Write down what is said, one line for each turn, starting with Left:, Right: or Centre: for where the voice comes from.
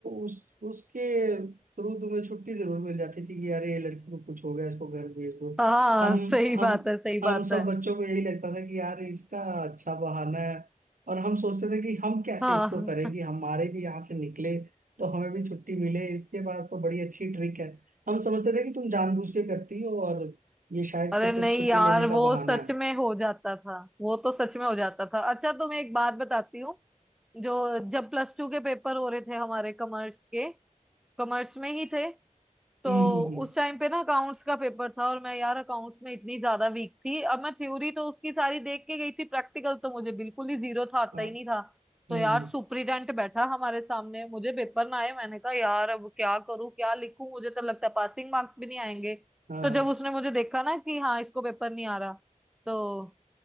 Right: उस उसके थ्रू तुम्हें छुट्टी जरूर मिल जाती थी कि यार ये लड़की को कुछ हो गया इसको घर भेज दो
Centre: हाँ
Right: हम
Centre: सही
Right: हम
Centre: बात है सही
Right: हम
Centre: बात
Right: सब
Centre: है
Right: बच्चों को यही लगता था कि यार इसका अच्छा बहाना है और हम सोचते थे कि हम कैसे
Centre: हाँ
Right: इसको करें कि हमारे भी यहाँ से निकले तो हमें भी छुट्टी मिले इसके बाद तो बड़ी अच्छी ट्रिक है हम समझते थे कि तुम जानबूझ के करती हो और ये शायद
Centre: अरे
Right: सिर्फ
Centre: नहीं
Right: एक छुट्टी
Centre: यार
Right: लेने का
Centre: वो
Right: बहाना
Centre: सच
Right: है
Centre: में हो जाता था वो तो सच में हो जाता था अच्छा तो मैं एक बात बताती हूँ जो जब प्लस टू के पेपर हो रहे थे हमारे कॉमर्स के कॉमर्स में ही थे तो
Right: हम्म हम्म हम्म
Centre: उस टाइम पे ना अकाउंट्स का पेपर था और मैं यार अकाउंट्स में इतनी ज्यादा वीक थी अब मैं थ्योरी तो उसकी सारी देख के गई थी प्रैक्टिकल तो मुझे बिल्कुल ही जीरो था आता
Right: हाँ,
Centre: ही नहीं था तो
Right: हम्म
Centre: यार
Right: हम्म,
Centre: सुपरिटेंडेंट बैठा हमारे सामने मुझे पेपर ना आए मैंने कहा यार अब क्या करूं क्या लिखूं मुझे तो लगता है पासिंग मार्क्स भी नहीं आएंगे
Right: हाँ
Centre: तो जब उसने मुझे देखा ना कि हाँ इसको पेपर नहीं आ रहा तो